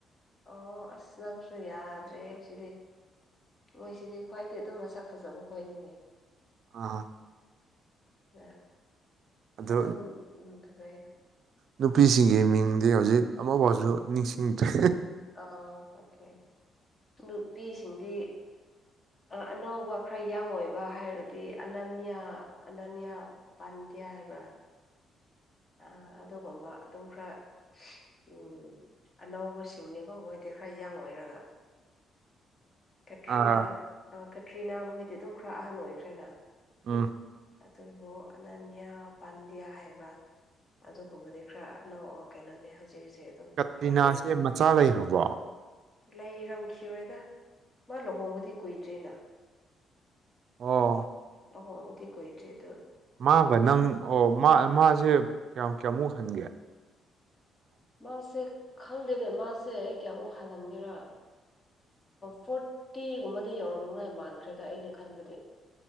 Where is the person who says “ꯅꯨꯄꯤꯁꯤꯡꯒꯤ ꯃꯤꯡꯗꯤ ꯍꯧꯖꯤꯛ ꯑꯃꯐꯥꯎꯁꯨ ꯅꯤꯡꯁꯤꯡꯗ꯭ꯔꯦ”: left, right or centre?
Right